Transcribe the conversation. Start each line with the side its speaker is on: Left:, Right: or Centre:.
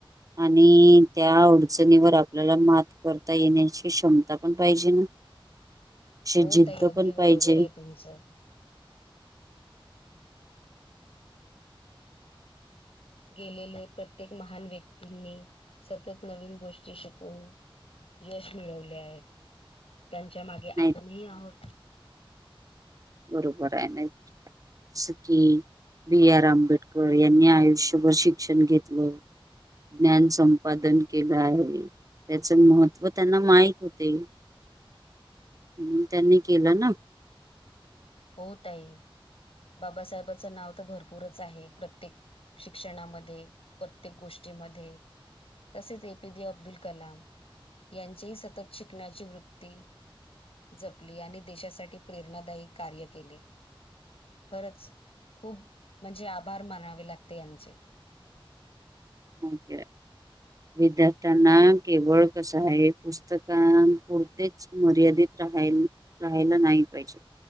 Right: आणि त्या अडचणीवर आपल्याला मात करता येण्याची क्षमता पण पाहिजे ना. अशी
Left: हो
Right: जिद्द
Left: ताई अगदी
Right: पण पाहिजे
Left: बरोबर आहे तुमचं. गेलेले प्रत्येक महान व्यक्तींनी सतत नवीन गोष्टी शिकून यश मिळवले आहेत, त्यांच्या मागे आपणही
Right: नाही
Left: आहोत.
Right: बरोबर आहे ना जसं की बी. आर. आंबेडकर यांनी आयुष्यभर शिक्षण घेतलं ज्ञान संपादन केलं आहे. त्याच महत्त्व त्यांना माहित होते. म्हणून त्यांनी केलं ना
Left: हो ताई बाबासाहेबाचं नाव तर भरपूरच आहे प्रत्येक शिक्षणामध्ये प्रत्येक गोष्टीमध्ये तसेच ए. पी. जे. अब्दुल कलाम यांचीही सतत शिकण्याची वृत्ती जपली आणि देशासाठी प्रेरणादायी कार्य केले. खरंच खूप म्हणजे आभार मानावे लागते यांचे
Right: ओके.
Left: <inaudible>
Right: विद्यार्थ्यांना केवळ कसं आहे, पुस्तकांन पुरतेच मर्यादित राहील. राहिल नाही पाहिजे.